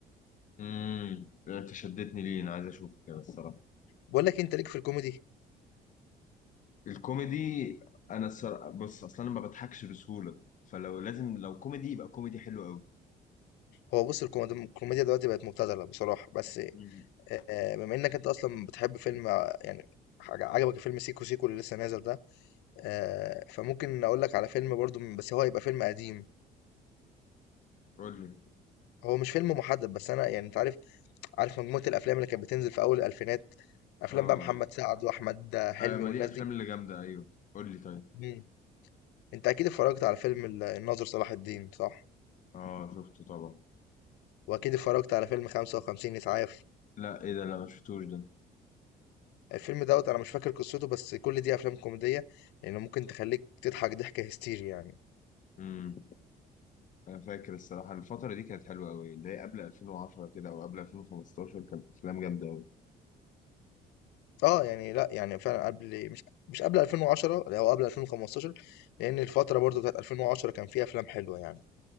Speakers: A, on the left; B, on the left.
A: امم انت شدتني ليه انا عايز اشوفه كده الصراحه
B: بقول لك إيه، انت ليك في الكوميدي
A: الكوميدي انا الصراحه بص اصلا انا ما بضحكش بسهوله فلو لازم لو كوميدي يبقى كوميدي حلو قوي
B: هو بُص الكوميد الكوميديا دلوقتي بقت مبتذلة بصراحة، بس
A: امم
B: آآ بما إنّك أنت أصلًا بتحب فيلم ع يعني حاج عجبك فيلم سيكو سيكو اللي لسه نازل ده، آآ فممكن أقول لك على فيلم برضه م بس هو هيبقى فيلم قديم،
A: قول لي
B: هو مش فيلم محدد بس أنا يعني أنت عارف عارف مجموعة الأفلام اللي كانت بتنزل في أول الألفينات، أفلام
A: اه
B: بقى محمد سعد وأحمد حلمي
A: اه آه، ما
B: والناس
A: دي افلام
B: دي،
A: اللي جامده ايوه قول لي طيب
B: إمم، أنت أكيد اتفرّجت على فيلم ال الناظر صلاح الدين صح؟
A: اه شفته طبعا
B: وأكيد اتفرّجت على فيلم 55 إسعاف.
A: لا ايه ده لا ما شفتوش ده
B: الفيلم دوت انا مش فاكر قصته بس كل دي افلام كوميديه يعني ممكن تخليك تضحك ضحكه هستيري يعني
A: امم انا فاكر الصراحه الفتره دي كانت حلوه قوي اللي هي قبل 2010 كده او قبل 2015 كانت افلام جامده
B: اه يعني لا يعني فعلا قبل مش مش قبل 2010 او قبل 2015 لان الفتره برضو بتاعت 2010 كان فيها افلام حلوه يعني